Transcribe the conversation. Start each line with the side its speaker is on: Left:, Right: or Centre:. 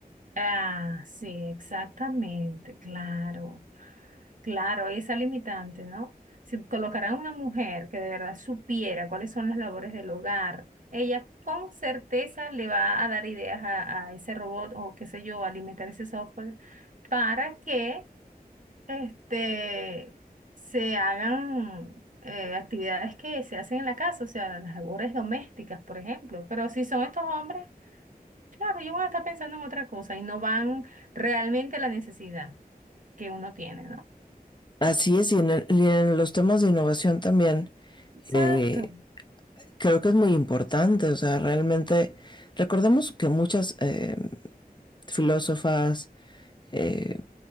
Right: Ah, sí, exactamente, claro. Claro, y esa limitante, ¿no? Si colocaran una mujer que de verdad supiera cuáles son las labores del hogar, ella con certeza le va a dar ideas a, a ese robot o qué sé yo, a alimentar ese software para que este, se hagan eh, actividades que se hacen en la casa, o sea, las labores domésticas, por ejemplo. Pero si son estos hombres Claro, ellos van a estar pensando en otra cosa y no van realmente a la necesidad que uno tiene, ¿no?
Left: Así es, y en, el- y en los temas de innovación también
Right: Exacto.
Left: eh, creo que es muy importante, o sea, realmente recordemos que muchas eh, filósofas, eh,